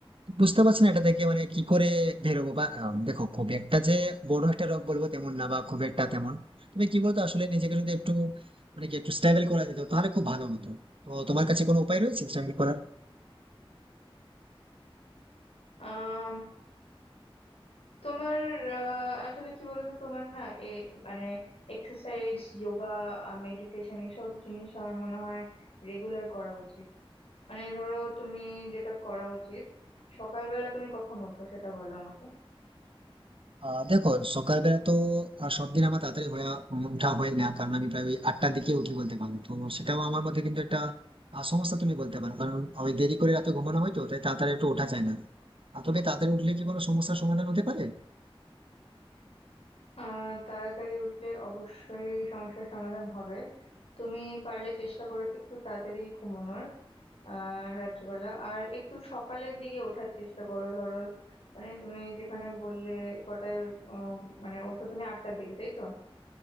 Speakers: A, on the right (about 65°); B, on the left (about 85°).
A: বুঝতে পারছি না এটা থেকে মানে কি করে বেরোবো বা আহ, দেখো খুব একটা যে বড় একটা রোগ বলবো তেমন না বা খুব একটা তেমন তবে কি বলতো আসলে নিজেকে যদি একটু মানে কি একটু স্টেবল করা যেত তাহলে খুব ভালো হতো তো তোমার কাছে কোনো উপায় রয়েছে স্টেবল করার
B: আম, তোমার আহ, আসলে কি বলতো তোমার না এ মানে এক্সারসাইজ যোগা মেডিটেশন এসব জিনিস আমার মনে হয় রেগুলার করা উচিত মানে ধরো তুমি যেটা করা উচিত সকালবেলা তুমি কখন ওঠো সেটা বলো আমাকে
A: আহ দেখো সকালবেলা তো আহ, সব দিন আমার তাড়াতাড়ি হয়ে ওঠা হয় না কারণ আমি প্রায় ওই আটটার দিকে উঠি বলতে পারো তো সেটাও আমার মধ্যে কিন্তু একটা আহ, সমস্যা তুমি বলতে পারো কারণ ওই দেরি করে রাতে ঘুমানো হয় তো তাই তাড়াতাড়ি একটু ওঠা যায় না আর তবে তাড়াতাড়ি উঠলে কি কোনো সমস্যার সমাধান হতে পারে
B: আহ তাড়াতাড়ি উঠলে অবশ্যই সমস্যার সমাধান হবে তুমি পারলে চেষ্টা করো একটু তাড়াতাড়ি ঘুমানোর আহ রাত্রিবেলা আর একটু সকালের দিকে ওঠার চেষ্টা করো ধরো মানে তুমি যেখানে বললে কটায় উম, মানে ওঠো তুমি আটটার দিকে তাই তো